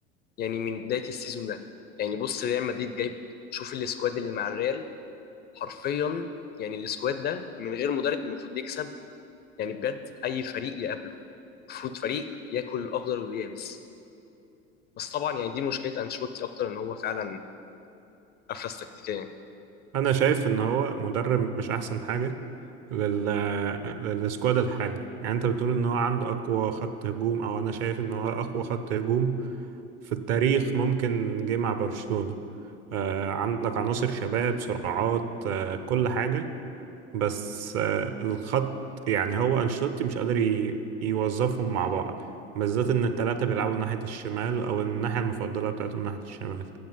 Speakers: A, on the left; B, on the right.
A: يعني من بداية السيزون ده يعني بص ريال مدريد جايب شوف السكواد اللي مع الريال حرفيا يعني السكواد ده من غير مدرب المفروض يكسب يعني بجد أي فريق يقابله المفروض فريق ياكل الأخضر واليابس بس طبعا يعني دي مشكلة أنشيلوتي أكتر إن هو فعلا أفلس تكتيكيا
B: أنا شايف إن هو مدرب مش أحسن حاجة لل... للسكواد الحالي يعني أنت بتقول إن هو عنده أقوى خط هجوم أو أنا شايف إن هو أقوى خط هجوم في التاريخ ممكن جه مع برشلونة آه، عندك عناصر شباب سرعات آه، كل حاجة بس آه، الخط يعني هو أنشيلوتي مش قادر ي- يوظفهم مع بعض بالذات إن التلاتة بيلعبوا ناحية الشمال أو الناحية المفضلة بتاعتهم ناحية الشمال